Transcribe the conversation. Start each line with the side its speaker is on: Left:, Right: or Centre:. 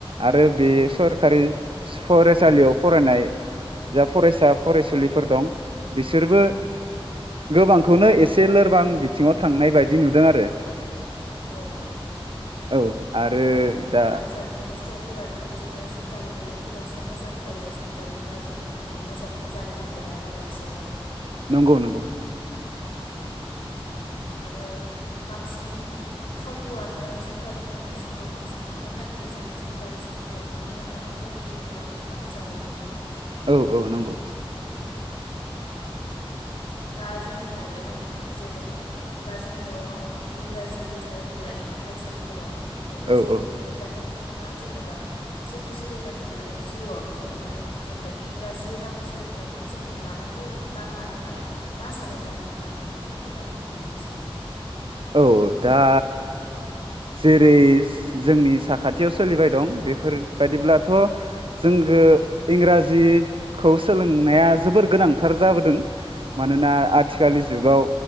Right: आरो
Left: उम
Right: बे सरखारि फरायसालियाव फरायनाय जा फरायसा फरायसुलिफोर दं बिसोरबो
Left: उम उम
Right: गोबांखौनो एसे लोरबां बिथिङाव थांनाय बायदि नुदों आरो
Left: औ औ औ
Right: औ आरो
Left: दा
Right: दा
Left: आनजादनि फिथाइफोराबो बिदिनो सो कारि नोङिफोरासो मोजां जायो सरकारि फरायसालिफोरनिया मोजां जानो नागिरा बारा एसेबां
Right: नंगौ नंगौ
Left: बिदिनो आरो बांसिन खाबुआनो सरखारि नोङि स्कुलाव बांसिन थानो नागिरो जोंनिया सरकारि स्कुलफोराव थानो नागिरा फोरोंगिरिफोराबो खम जाहैयो नालाय
Right: औ औ नंगौ
Left: दा जोंनिया बे जेनेबा दा जोंनियाव ओ इंराजिबो थायो नालाय फरायसालिफोराव इंराजिबो
Right: औ औ
Left: फोरोङो दा नों थाङा जेनेबा जोंनि सोलिबाय थानाय जिउआव जोंनो जेनेबा इंराजि रावनि सोलोंथाइखौ जों लानांगौ ना लानाङा मा सानो दा नोंथाङा माबा फोरमायनो हागोन नामा एसे
Right: औ औ दा जेरै जोंनि साखाथियाव सोलिबाय दं बेफोरबादिब्लाथ' जोंगो इंराजि खौ सोलोंनाया जोबोर गोनां थार जाबोदों मानोना
Left: औ गोनां
Right: आथिखालनि जुगाव